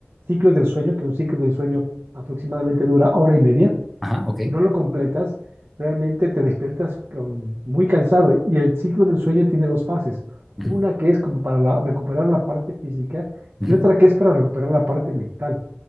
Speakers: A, on the right; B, in the centre.
A: ciclos del sueño, que un ciclo del sueño aproximadamente dura hora y media,
B: Ajá, ok.
A: si no lo completas, realmente te despiertas con- muy cansado. ¿eh? Y el ciclo del sueño tiene dos fases.
B: Ujú,
A: Una que es como para la- recuperar la parte física
B: ujú,
A: y otra que es para recuperar la parte mental.